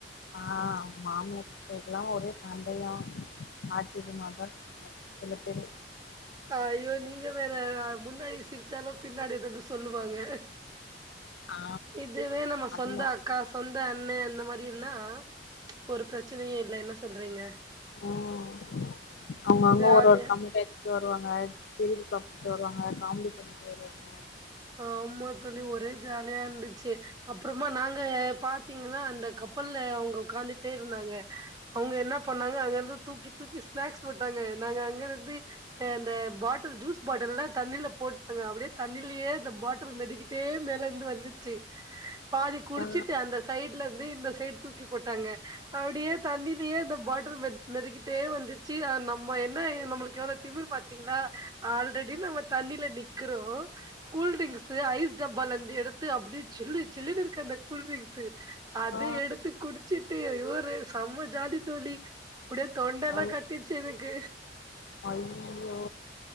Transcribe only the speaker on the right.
அஹ் ஐயோ நீங்க வேற முன்னாடி சிரிச்சாலு பின்னாடி எதாது சொல்லுவாங்க
இதுவே நம்ம
சொந்த அக்கா சொந்த அண் மே அந்த மாதிரினா ஒரு பிரச்சனையே இல்ல என்ன சொல்றீங்க
ஜாலியா
ஆம்மா தோழி ஒரே ஜாலியா இருந்துச்சு அப்புறமா நாங்க பாத்தீங்கன்னா அந்த கப்பல்ல அவங்க உட்கார்ந்துட்டே இருந்தாங்க அவங்க என்ன பண்ணாங்க அங்க இருந்து தூக்கி தூக்கி ஸ்நாக்ஸ் போட்டாங்க நாங்க அங்க இருந்து ந்த இந்த பாட்டில் ஜூஸ் பாட்டல்லா தண்ணில போட்டாங்க அப்டியே தண்ணிலயே இந்த பாட்டில் மெதக்கிட்டே மேலர்ந்து வந்து ச்சு பாதி குடிச்சிட்டு
அந்த சைடுல இருந்து சைட் தூக்கி போ ட்டாங்க அப்டியே தண்ணிலயே அந்த பாட் டில் மெதக்கிட்டே வந்துச்சு அ நம்ம என்ன எ நம்மளுக்கு எவ்ளோ திமிர் பாத்தீங்களா ஆல்ரெடி நம்ம தண்ணில நிக்கறோ கூல் டிரிங்க்ஸ் ஐஸ் டப்பால இருந்து எடுத்து அப்டி சில்லு சில்லுனு இருக்கு அந்த கூல்டிரிங்க்ஸு அது
எடுத்து குடிச்சிட் டு இவுரு செம்ம ஜாலி தோழி அப்படியே தொண்டல்லா
கட்டிச்சு எனக்கு